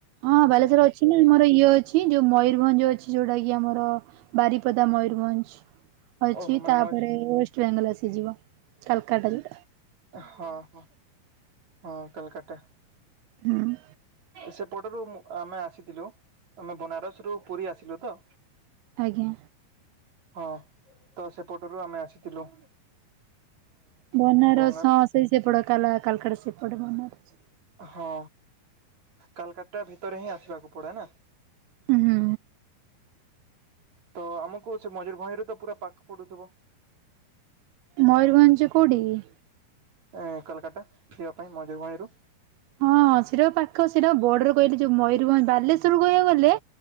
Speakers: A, on the right; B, on the right.
A: ହଁ ବାଲେଶ୍ୱର ଅଛି ନା ଇଏ ଅଛି ଯୋଉ ମୟୂରଭଞ୍ଜ ଅଛି ଯୋଉଟା କି ଆମର ବାରିପଦା ମୟୂରଭଞ୍ଜ ଅଛି
B: ଓହୋ ମାନେ
A: ତାପରେ
B: ମଝି
A: ୱେଷ୍ଟ ବେଙ୍ଗଲ ଆସିଯିବ କାଲ୍କାଟାରୁ।
B: ହଁ ହଁ ହଁ କାଲ୍କାଟା!
A: ହୁଁ
B: ସେପଟରୁ ମୁଁ ଆମେ ଆସିଥିଲୁ ଆମେ ବନାରସ ରୁ ପୁରୀ ଆସିଲୁ ତ!
A: ଆଜ୍ଞା!
B: ହଁ ତ ସେପଟରୁ ଆମେ ଆସିଥିଲୁ।
A: ବନାରସ
B: ବଙ୍ଗା
A: ହଁ ସେଇ ସେପଟ କାଲା କାଲକାଟା ସେପଟ ବନାରସ।
B: ହଁ କାଲକାଟା ଭିତରେ ହିଁ ଆସିବାକୁ ପଡେ ନା!
A: ହୁଁ।
B: ତ ଆମକୁ ସେ ମଜୁରଭଞ୍ଜରେ ତ ପୁରା ପାଖ ପଡୁଥିବ?
A: ମୟୂରଭଞ୍ଜ କୋଉଠି କି?
B: ଏଁ କାଲକାଟା ଯିବାପାଇଁ ମୟୁରଭଞ୍ଜ ରୁ।
A: ହଁ ସେଟା ବା ପାଖ ସେଟା ବର୍ଡର କହିଲି ଯୋଉ ମୟୂରଭଞ୍ଜ ବାଲେଶ୍ୱରରୁ କହିବାକୁ ଗଲେ